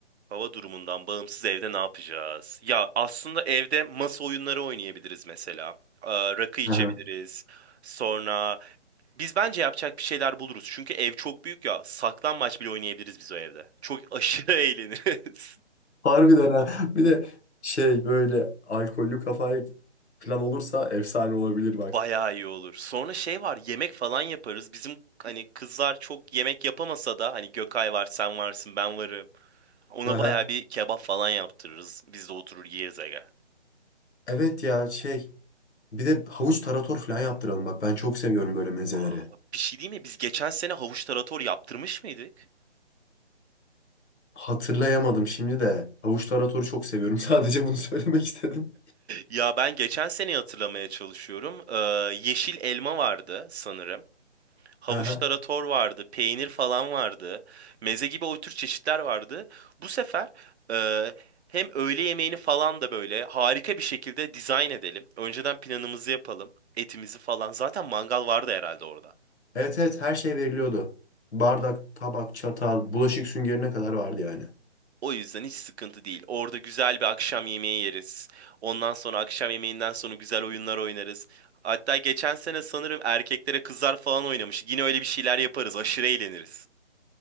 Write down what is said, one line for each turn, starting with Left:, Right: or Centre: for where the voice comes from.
Right: hava durumundan bağımsız evde ne yapacağız? Ya aslında evde masa oyunları oynayabiliriz mesela. E, rakı içebiliriz.
Left: Hı hı.
Right: Sonra Biz bence yapacak bir şeyler buluruz. Çünkü ev çok büyük ya. Saklanmaç bile oynayabiliriz biz o evde. Çok aşırı <laughs> eğleniriz.
Left: Harbiden ha. Bir de şey böyle alkollü kafayı falan olursa efsane olabilir bak.
Right: Bayağı iyi olur. Sonra şey var, yemek falan yaparız. Bizim hani kızlar çok yemek yapamasa da hani Gökay var, sen varsın, ben varım. Ona
Left: Aha.
Right: bayağı bir kebap falan yaptırırız. Biz de oturur yeriz aga.
Left: Evet ya şey. Bir de havuç tarator falan yaptıralım bak. Ben çok seviyorum böyle mezeleri.
Right: Aa, bir şey değil mi? Biz geçen sene havuç tarator yaptırmış mıydık? <laughs>
Left: Hatırlayamadım şimdi de. Havuç taratoru çok seviyorum. <laughs> Sadece bunu söylemek istedim.
Right: Ya ben geçen seneyi hatırlamaya çalışıyorum. Ee, yeşil elma vardı sanırım. Havuç
Left: Aha.
Right: tarator vardı, peynir falan vardı, meze gibi o tür çeşitler vardı. Bu sefer e, hem öğle yemeğini falan da böyle harika bir şekilde dizayn edelim. Önceden planımızı yapalım, etimizi falan. Zaten mangal vardı herhalde orada.
Left: Evet evet her şey veriliyordu. Bardak,
Right: O
Left: tabak, çatal, bulaşık süngerine kadar vardı yani.
Right: o yüzden hiç sıkıntı değil. Orada güzel bir akşam yemeği yeriz. Ondan sonra akşam yemeğinden sonra güzel oyunlar oynarız. Hatta geçen sene sanırım erkeklere kızlar falan oynamış. Yine öyle bir şeyler yaparız. Aşırı eğleniriz.